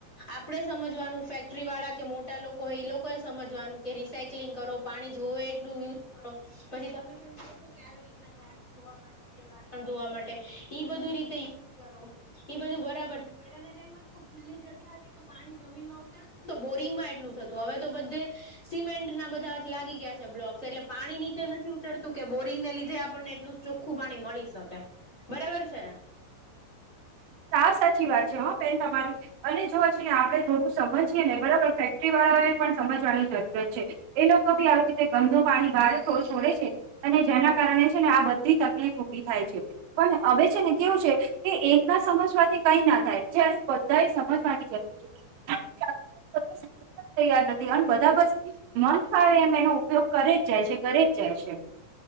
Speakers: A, on the left; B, on the right.
A: આપણેે સમજવાનું ફેક્ટરી વાળા કે મોટા લોકો હોય એ લોકો એ સમજવાનું કે રિસાયક્લિંગ કરો પાણી જોવે એટલું યુઝ કરો પછી તમે જેમ કહો છો કે આવી રીતના ગાડી ધોવા માટે વાસણ ધોવા માટે ઈ બધું રીતે યુઝ કરો એ બધું બરાબર છે પેલાના ટાઈમમાં ખુલ્લી જગ્યા હતી તો પાણી જમીનમાં ઉતરતું ને તો બોરિંગમાં એટલું થતું હવે તો બધે સિમેન્ટ ના બધા લાગી ગયા છે બ્લોક્સ એટલે પાણી નીચે નથી ઉતરતું કે બોરિંગને લીધે આપણને એટલું ચોખ્ખું પાણી મળી શકે બરાબર છે ને.
B: સાવ સાચી વાત છે હ બેન તમારી અને જો છે ને આપડણે થોડું સમજીએને બરાબર ફેક્ટરી વાળા એ પણ સમજવાની જરૂરત છે. એ લોકો બી આવી રીતે ગંદુ પાણી બહાર છો છોડે છે. અને જેના કારણે છે ને આ બધી તકલીફ ઉભી થાય છે પણ હવે છે ને કેવું છે કે એક ના સમજવાથી કઈ ના થાય જે બધાએ સમજવાની જરૂર છે <unintelligible> તૈયાર નથી અને બધા બસ મન ફાળે એમ એનો ઉપયોગ કરે જ જાય છે કરે જ જાય છે.